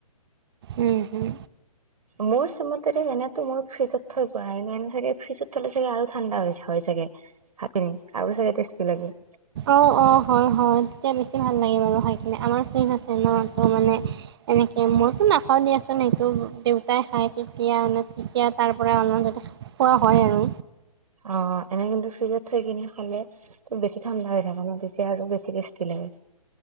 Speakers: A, on the right; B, on the right.
A: উম হম
B: মোৰ চমতেৰে এনেতো মই ফ্ৰিজত থৈ পোৱা নাই এনে চাগে ফ্ৰিজত থলে চাগে আৰু ঠাণ্ডা হৈ যাই ভাভখিনি আৰু চাগে টেষ্টি লাগে
A: অ অ হয় হয় তেতিয়া বেছি ভাল লাগে বাৰু খাই কিনে আমাৰ ফ্ৰীজ আছে ন ত মানে এনেকে মইতো নাখাওঁ দিয়াচোন সেইটো দেউতাই খাই তেতিয়া তেতিয়া তাৰ পৰা অনা কোৱা হয় আৰু
B: অ এনে কিন্তু ফ্ৰিজত থৈ কিনে খালে বেছি ঠাণ্ডা হৈ থাকে ন তেতিয়া আৰু বেছি টেষ্টি লাগে